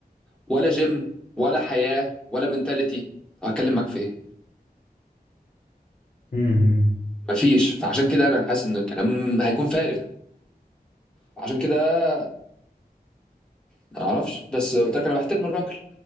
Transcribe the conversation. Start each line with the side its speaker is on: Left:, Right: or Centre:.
Centre: ولا جيم ولا حياه ولا منتاليتي هتكلم معاك في ايه
Left: امم امم امم
Centre: مفيش فعشان كده انا حاسس ان الكلام هيكون فارغ عشان كده ما اعرفش بس قلت لك انا بحترم الراجل